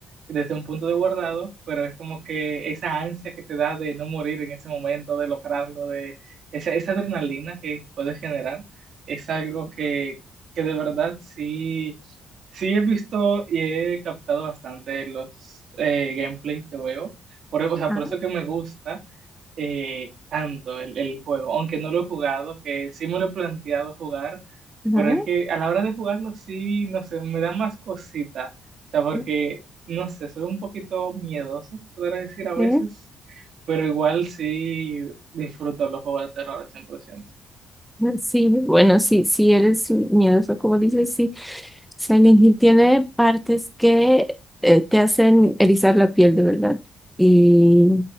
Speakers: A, on the right; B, in the centre.
A: desde un punto de guardado, pero es como que esa ansia que te da de no morir en ese momento, de lograrlo, de esa, esa adrenalina que puedes generar, es algo que, que de verdad sí, sí he visto y he captado bastante los eh, gameplay que veo. Por, o sea,
B: Ajá,
A: por eso que me gusta, eh, tanto el, el juego, aunque no lo he jugado, que sí me lo he planteado jugar,
B: ajá,
A: pero es que a la hora de jugarlo sí, no sé, me da más cosita, o sea, porque,
B: ujú,
A: no sé, soy un poquito miedoso, se podría decir a veces,
B: eh,
A: pero igual sí disfruto los juegos de terror al cien por ciento
B: ujú, Sí, bueno, sí, sí eres miedoso, como dices, sí. Silent Hill tiene partes que eh, te hacen erizar la piel, de verdad. Y,